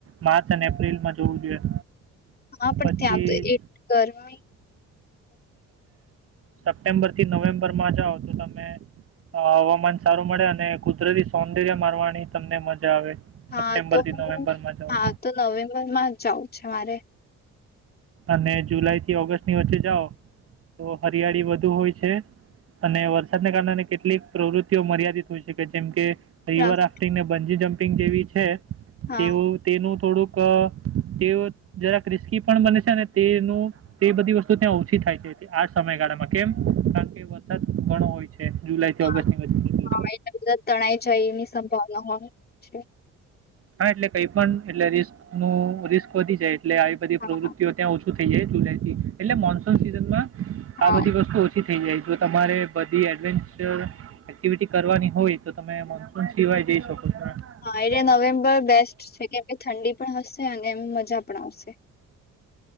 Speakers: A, on the right (about 50°); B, on the left (about 30°).
A: માર્ચ અને એપ્રિલ માં જોવું જોઈએ.
B: હા પણ
A: પછી
B: ત્યાં આવ તો એ ગરમી.
A: સપ્ટેમ્બર થી નવેમ્બરમાં જ આવ. તો તમે. હવામાન સારું મળે, અને કુદરતી સૌંદર્ય મારવાની તમને મજા આવે.
B: હા
A: સપ્ટેમ્બરથી
B: તો હું
A: નવેમ્બરમાં જાઓ
B: હા તો નવેમ્બરમાં જાઉં છે મારે.
A: અને જુલાઈ થી ઓગસ્ટની વચ્ચે જાઓ તો હરિયાળી વધુ હોય છે અને વરસાદને કારણે કેટલીક પ્રવૃત્તિઓ મર્યાદિત હોય છેકે જેમ કે રિવર
B: રાફ-
A: રાફ્ટિંગ ને બંજી જમપ પિંગ જેવી છે
B: હા
A: તેઓ તેનું થોડુંક તે જરા ક્રિસ્કી પણ બને તેનું તે બધી વસ્તુ ત્યાં ઓછી થાય છે આ સમયગાળામાં કેમ કારણ કે વરસાદ ઘણો હોય છે જુલાઈથી
B: હા
A: ઓગસ્ટની વચ્ચે
B: હા એટલા બધા તણાઈ જાય એની સંભાવના હોય છે
A: હા એટલે કઈ પણ એટલે રિસ્ક નું રિસ્ક વધી જાય એટ આવી બધી
B: હા
A: પ્રવૃત્તિઓ
B: હા.
A: ત્યાં ઉછી ું થઈ જાય તું ને એટલે મોનસૂન સિઝનમાં
B: હા
A: આ બધી વસ્તુ ઓછી થઈ જાય જો તમારે બધી એડવેન્ચર એક્ટિવિટી કરવાની હોય તો તમે મોન્સૂન સિવાય જઈ શકો છો
B: હા એલે નવેમબર ખબર બેસ્ટ છે કે ઠંડી પણ હશે અને એમ મજા પણ આવશે